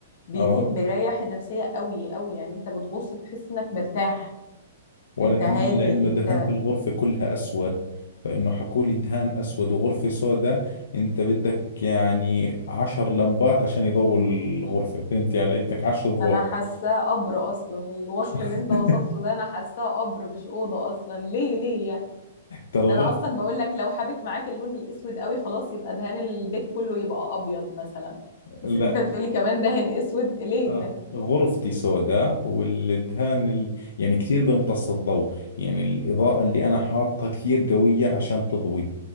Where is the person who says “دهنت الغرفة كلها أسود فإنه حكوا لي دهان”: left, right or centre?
Left